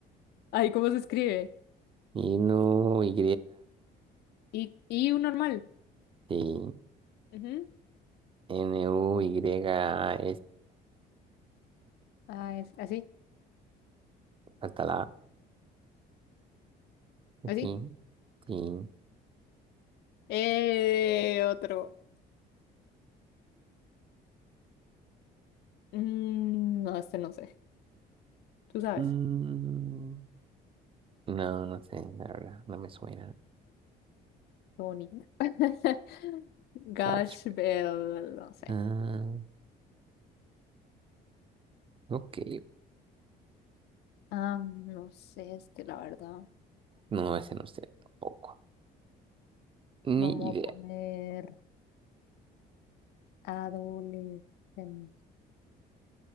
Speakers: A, on the left (about 75°); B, on the right (about 30°).
A: Ay, ¿cómo se escribe?
B: Inu, Y,
A: Y, y un normal.
B: sí.
A: Ujú.
B: N-U-Y-S-H-A.
A: Ah, es así,
B: Falta la. A.
A: así.
B: Sí, sí.
A: Eh, otro. Mm, no, este no sé. Tú sabes.
B: Mm, no, no sé, la verdad. No me suena.
A: Tony <laughs> Gash
B: Sach-
A: Bell, no sé.
B: Ah, ok.
A: Ah, no sé, este, la verdad.
B: No, ese no sé tampoco.
A: Vamos
B: Ni idea.
A: a poner. Adolescencia.